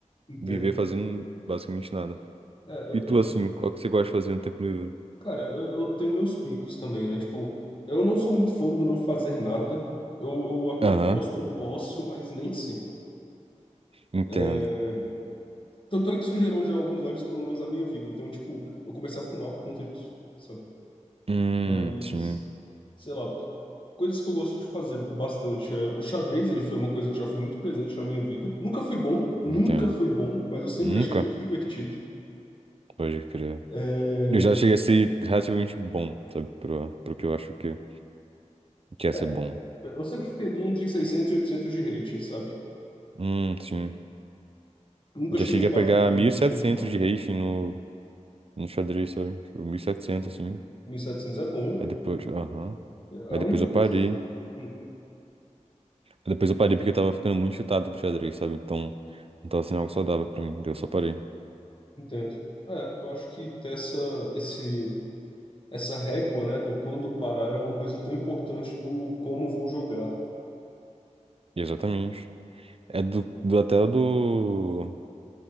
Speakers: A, on the left (about 40°); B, on the right (about 50°).
A: Entendo.
B: viver fazendo basicamente nada.
A: É, eu,
B: E tu,
A: eu tenho,
B: assim, qual que você gosta de fazer no tempo livre?
A: cara, eu, eu tenho meus picos também, né? Tipo, eu não sou muito fã do não fazer nada. Eu, eu até
B: Aham,
A: gosto do ócio, mas nem sempre.
B: entendo.
A: É, Tanto é que isso gerou já alguns vários problemas da minha vida. Então, tipo, eu comecei a fumar por conta disso, sabe?
B: Hum,
A: Mas,
B: sim,
A: sei lá, coisas que eu gosto de fazer bastante. É, o xadrez, ele foi uma coisa que já foi muito presente na minha vida. Nunca fui bom, nunca
B: entendo.
A: fui bom, mas eu sempre
B: Nunca?
A: achei muito divertido.
B: Pode crer.
A: É,
B: Eu já cheguei a ser relativamente bom, sabe? Pro, pro que eu acho que, que é ser
A: é,
B: bom.
A: eu sempre fiquei ali entre 600 e 800 de rating, sabe?
B: Hum, sim.
A: Nunca cheguei
B: Já cheguei
A: em quatro
B: a pegar
A: dígitos
B: mil e setecentos
A: e tal.
B: de rating no, no xadrez, sabe? Tipo, 1.700 assim.
A: mil e setecentos é bom.
B: Aí depois, aham.
A: É,
B: Aí
A: A
B: depois
A: única
B: eu
A: coisa...
B: parei. Aí
A: Hum,
B: depois eu parei porque eu tava ficando muito chutado com o xadrez, sabe? Então, não tava sendo algo saudável pra mim. Daí eu só parei.
A: entendo. É, eu acho que ter essa, esse, essa régua, né, do quando parar é uma coisa tão importante do como vou jogar.
B: E exatamente. É do, do até o do...